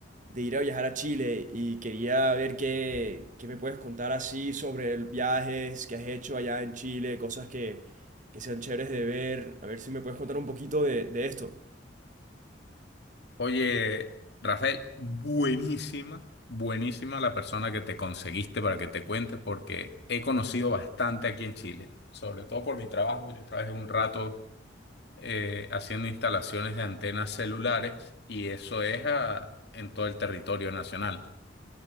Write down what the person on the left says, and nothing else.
Oye, Rafael, buenísima, buenísima la persona que te conseguiste para que te cuente, porque he conocido bastante aquí en Chile, sobre todo por mi trabajo. Yo trabajé un rato eh, haciendo instalaciones de antenas celulares y eso es a- en todo el territorio nacional.